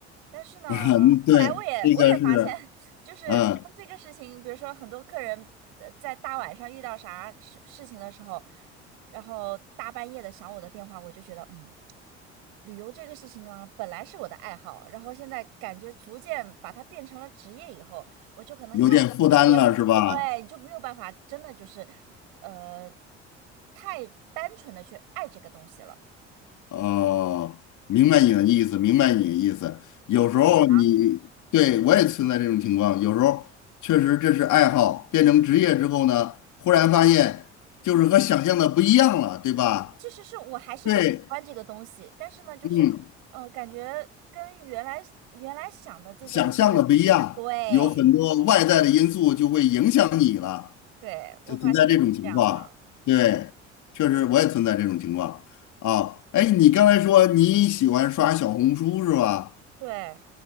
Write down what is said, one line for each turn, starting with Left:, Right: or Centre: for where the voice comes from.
Right: 但是呢，
Left: <laughs> 嗯对，
Right: 后来我也我也发现，
Left: 这个是
Right: 就是当这个事情，
Left: 嗯
Right: 比如说很多客人在在大晚上遇到啥事事情的时候，然后大半夜的响我的电话，我就觉得嗯。旅游这个事情啊，本来是我的爱好，然后现在感觉逐渐把它变成了职业以后，我就可能又也对，
Left: 有点负担了，是吧？
Right: 就没有办法真的就是呃太单纯的去爱这个东西了。
Left: 哦，明白你的意思，明白你的意思。有时候你对我也存在这种情况，
Right: 哎，那你呢？
Left: 有时候确实这是爱好，变成职业之后呢，忽然发现就是和想象的不一样了，对吧？
Right: 其实是我还是会喜欢这个东西，
Left: 对，
Right: 但是呢，就是呃，
Left: 嗯，
Right: 感觉跟原来原来想的这种是，
Left: 想象的不一样，
Right: 对
Left: 有很多外在的因素就会影响你了，
Right: 对，我发现也是这样的，
Left: 就存在这种情况。对，确实我也存在这种情况啊。哎，你刚才说你喜欢刷小红书是吧？
Right: 对。